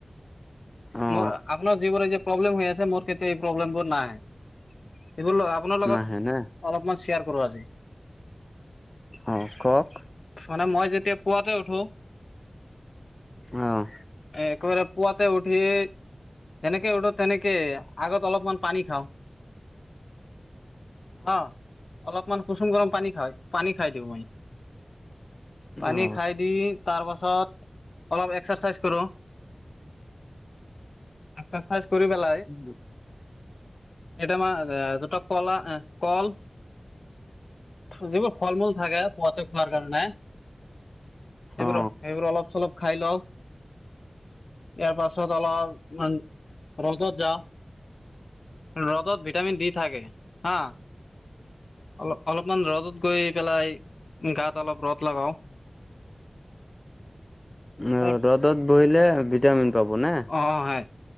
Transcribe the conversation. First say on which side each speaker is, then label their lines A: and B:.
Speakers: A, on the left; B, on the left.
A: অ।
B: ম আপোনাৰ যিবোৰ যে প্ৰব্লেম হৈ আছে মোৰ কেতিয়া এই প্ৰব্লেমবোৰ নাহে, এইবোৰ ল আ আপোনাৰ লগত
A: নাহে নে
B: অলপমান শ্বেয়াৰ কৰোঁ আজি?
A: অ কওক?
B: মানে মই যেতিয়া পুৱাতে উঠো
A: অহ।
B: এ একেবাৰে পুৱাতে উঠি তেনেকে উঠোঁ তেনেকেই আগত অলপমান পানী খাওঁ। অ অলপমান কুসুম গৰম পানী খাই পানী খাই দিওঁ মই। পানী
A: অ
B: খাই দি তাৰপাছত অলপ এক্সাৰচাইজ কৰো, এক্সাৰচাইজ কৰি পেলাই
A: উ <inaudible>
B: এটা মা আ দুটা কলা এ কল, যিবোৰ ফল -মূল থাকে পোৱাতে খোৱাৰ কাৰণে এইবোৰ
A: অ
B: সেইবোৰ অলপ চলপ খাই লও। ইয়াৰ পাছত অলপমান ৰ'দত যাওঁ। ৰ'দত ভিটামিন দি থাকে হা, অ অলপমান ৰ'দত গৈ পেলাই গাত অলপ ৰ'দ লগাও। তাৰ
A: অ ৰ'দত বহিলে ভিটামিন পাব না?
B: অ হয়